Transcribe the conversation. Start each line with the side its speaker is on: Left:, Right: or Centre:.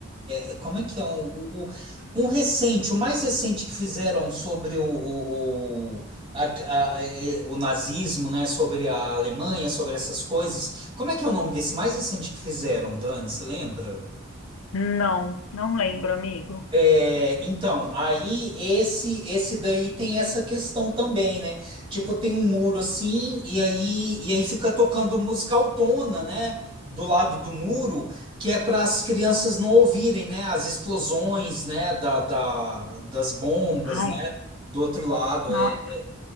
Right: é- é, Como é que é? Um, o- o- um recente, o mais recente que fizeram sobre o, o, o, a- a- é, o nazismo, né? Sobre a Alemanha, sobre essas coisas. Como é que é o nome desse mais recente que fizeram, Dani? Você lembra?
Left: Não, não lembro, amigo.
Right: É, então, aí esse esse daí tem essa questão também, né? Tipo, tem um muro assim, e aí, e aí fica tocando música autona, né? Do lado do muro, que é para as crianças não ouvirem, né? As explosões, né? Da, da- das bombas,
Left: Ai,
Right: né? Do outro lado,
Left: nossa.
Right: é,